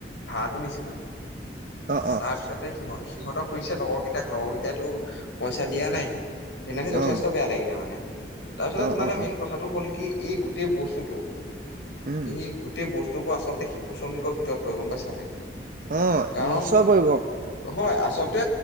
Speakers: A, on the left (about 85°); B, on the right (about 50°).
A: ভাতো নিছিলো,
B: অঁ অঁ
A: তাৰপিছত সিহঁত সিহঁত খুজিছে লগৰ কেইটাক লগৰ কেইটাটো পইচা দিয়া নাই, সেইকাৰণে যথেষ্ট
B: অঁ
A: বেয়া লাগিলে মানে তাৰপিছতে
B: অঁ
A: তে
B: অঁ
A: মেইন
B: অঁ
A: কথা হ'ল কি এই গোটেই বস্তুটো,
B: উম
A: এই গোটেই বস্তু বুবোৰ আচলতে শি শ্ৰমিকৰ ভিতৰত পৰে গম পাইছা নাই?
B: অ'
A: কাৰণ
B: নিশ্চয় পৰিব।
A: হয়, আচলতে